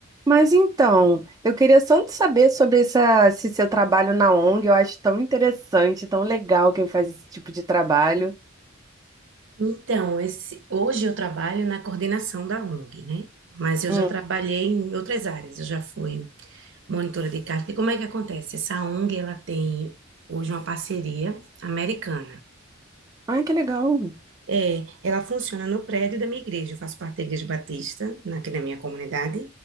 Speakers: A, on the right; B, on the right.
A: Mas então, eu queria só te saber sobre essa, esse seu trabalho na ONG. Eu acho tão interessante, tão legal quem faz esse tipo de trabalho.
B: Então, esse- hoje eu trabalho na coordenação da ONG, né? Mas eu
A: Hum.
B: já trabalhei em outras áreas, eu já fui monitora de carta. E como é que acontece? Essa ONG, ela tem hoje uma parceria americana.
A: Ai, que legal.
B: É, ela funciona no prédio da minha igreja, eu faço parte da Igreja Batista, na- aqui na minha comunidade.